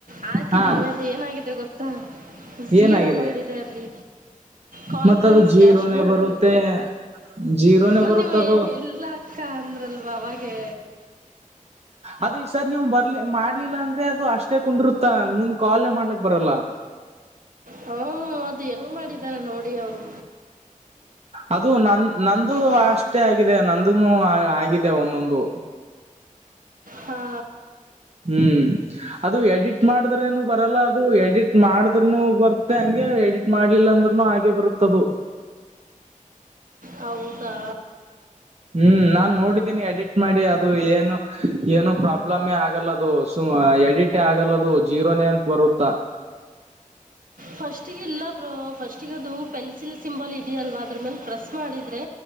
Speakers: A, on the right; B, on the right.
A: ಹಾಕಿದ್ದೀನಿ
B: ಹಾ
A: ಅದ ಏನಾಗಿದೆ ಗೊತ. ಪ್ಪಾ ಜೀರೋ
B: ಏನಾಗಿದೆ
A: ಬಂದಿದೆ ಅಲ್ಲಿ ಕಾನ್ಫ್ರನ್ಸ್
B: ಮತ್ತ ಅದು ಜೀರೋನೇ
A: ಡ್ಯಾಶ್ ಬೋರ್ಡ್ಲ್ಲು
B: ಬರುತ್ತೆ ಜೀರೋನೇ
A: ಮನ್ನೀವು
B: ಬರುತ್ತ ಅದು
A: ಎ ಇಲ್ಲಾಕ್ಕಾ ಅಂದ್ರಲ್ವಾ. ಅಗೆ.
B: ಅದು ಈ ಸರ್ ನೀವು ಬರ್ಲಿ ಮಾಡ್ಲಿಲ್ಲ ಅಂದ್ರೆ ಅದು ಅಷ್ಟೇ ಕುಂದರುತ್ತ ಮುಂದ ಕಾಲ್ನೆ ಮಾಡ್ಲಕ್ ಬರಲ್ಲಾ.
A: ಹ್ಮ ಅದು ಹೆಂಗ್ ಮಾಡಿದ್ದಾರಾ ನೋಡಿ ಅವ್ರು.
B: ಅದು ನನ್ ನಂದು
A: ಫ್ರೆ
B: ಅಷ್ಟೇ ಆಗಿದೆ ನಂದನೂ ಆಗಿದೆ ಒಂದೊಂದು.
A: ಹಾ
B: ಹ್ಮ್ ಅದು ಎಡಿಟ್ ಟ್ ಮಾಡಿದ್ರೆನೂ ಬರಲ್ಲ ಅದು ಎಡಿಟ್ ಮಾಡಿದ್ರುನು ಬರುತ್ತೆ ಹಂಗೆ ಎಡಿಟ್ ಮಾಡ್ಲಿಲ್ಲ ಅಂದ್ರುನು ಹಾಗೆ ಬರುತ್ತದು.
A: ಹೌದಾ
B: ಹ್ಮ್ ನಾನ್ ನೋಡಿದ್ದೀನಿ ಎಡಿಟ್ ಮಾಡಿ ಅದು ಏನು ಏನು ಪ್ರಾಬ್ಲಮೇ ಆಗಲ್ಲದು ಸು ಎಡಿಟೆ ಆಗಲ್ಲದು ಜೀರೋನೆ ಅಂತ ಬರುತ್ತಾ
A: ಫಸ್ಟ್ಗಿಲ್ಲ. ಬ್ರೊ ಫಸ್ಟಗದು ಪೆನ್ಸಿಲ್ ಸಿಂಬಾಲ್ ಇದೆಯಲ್ವಾ ಅದ್ರ ಮೇಲೆ ಪ್ರೆಸ್ ಮಾಡಿದ್ರೆ